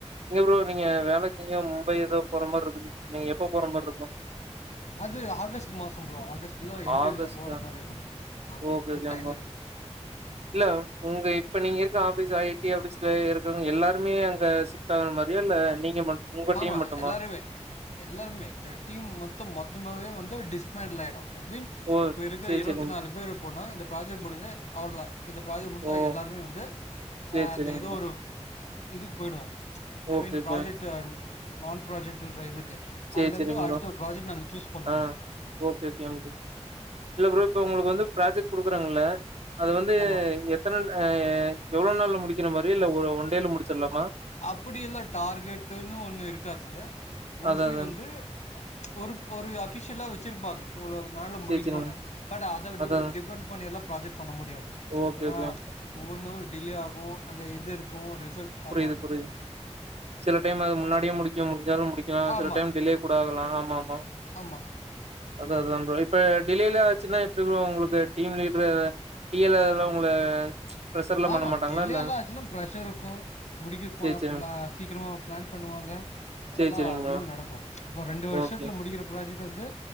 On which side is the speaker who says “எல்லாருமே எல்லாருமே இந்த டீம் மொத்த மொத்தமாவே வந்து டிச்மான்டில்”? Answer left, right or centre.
Left